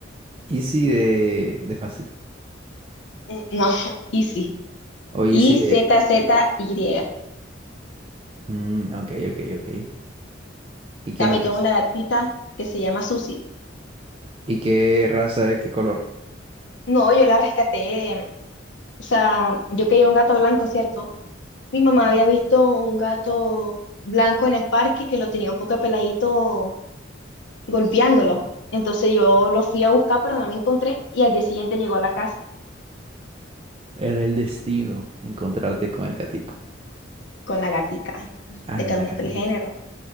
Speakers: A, on the right; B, on the left.
A: Easy de, de fácil.
B: Mm, No, <laughs> Easy.
A: O Easy
B: y
A: de...
B: z z y
A: Mm, ok, ok, ok. ¿Y qué
B: También
A: más?
B: tengo una gatita que se llama Susi.
A: ¿Y qué raza es? ¿Qué color?
B: No, yo la rescaté. O sea, yo quería un gato blanco, ¿cierto? Mi mamá había visto un gato blanco en el parque que lo tenía un poco peladito golpeándolo. Entonces yo lo fui a buscar, pero no lo encontré. Y al día siguiente llegó a la casa
A: Era el destino encontrarte con el gatico.
B: con la gatica.
A: Ah,
B: Le
A: es una
B: cambiaste
A: gatita.
B: el género.